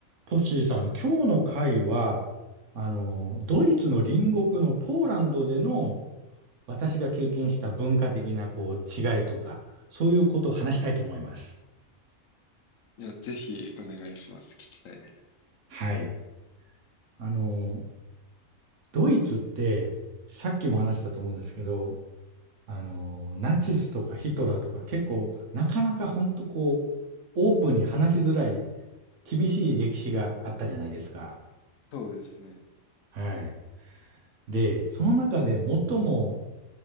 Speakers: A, on the right; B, on the left.
A: トッシーさん、今日の回は、あの、ドイツの隣国のポーランドでの私が経験した文化的なこう違いとか、そういうことを話したいと思います。
B: いや、ぜひお願いします。聞きたいです。
A: はい。あの、ドイツって、さっきも話したと思うんですけど、あの、ナチスとかヒトラーとか結構、なかなか本当こう、オープンに話しづらい、厳しい歴史があったじゃないですか。
B: そうですね。
A: はい。で、その中で最も